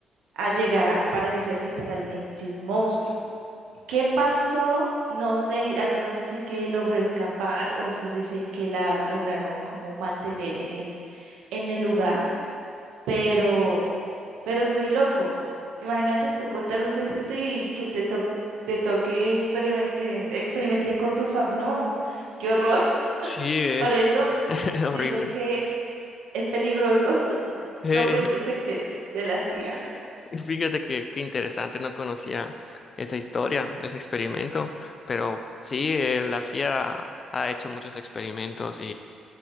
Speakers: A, on the right; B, on the left.
A: a llegar a parecer literalmente un monstruo. ¿Qué pasó? No sé, algunos dicen que logró escapar, otros dicen que la lograron como mantener en el, en el lugar pero, pero es muy loco. Imagínate tú contar un secreto y que te to- te toque experimen- que experimenten con tu fam. No, qué horror. <laughs>
B: Sí, es
A: Por eso
B: <laughs> horrible.
A: digo que es peligroso. <laughs>
B: Eh,
A: No cuentes secretos de la tía.
B: fíjate que qué interesante, no conocía esa historia, ese experimento, pero sí, él hacía, ha hecho muchos experimentos